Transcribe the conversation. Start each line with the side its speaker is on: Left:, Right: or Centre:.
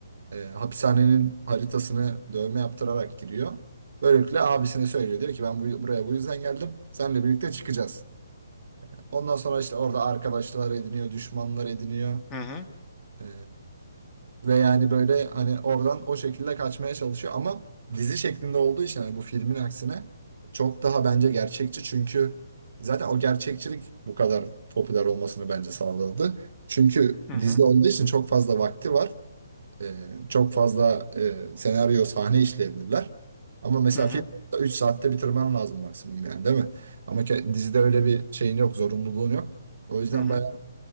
Right: e, hapishanenin haritasını dövme yaptırarak giriyor. Böylelikle abisine söylüyor. Diyor ki ben bu, buraya bu yüzden geldim. Seninle birlikte çıkacağız. Ondan sonra işte orada arkadaşlar ediniyor, düşmanlar ediniyor.
Left: Hı hı.
Right: E, ve yani böyle hani oradan o şekilde kaçmaya çalışıyor. Ama dizi şeklinde olduğu için hani bu filmin aksine çok daha bence gerçekçi. Çünkü zaten o gerçekçilik bu kadar popüler olmasını bence sağladı. Çünkü
Left: Hı hı.
Right: dizi olduğu için çok fazla vakti var. Ee, çok fazla e, senaryo sahne işleyebilirler. Ama mesela
Left: Hı hı.
Right: film 3 saatte bitirmen lazım maksimum yani değil mi? Ama ke- dizide öyle bir şeyin yok, zorunluluğun yok. O yüzden
Left: Hı hı.
Right: bayağı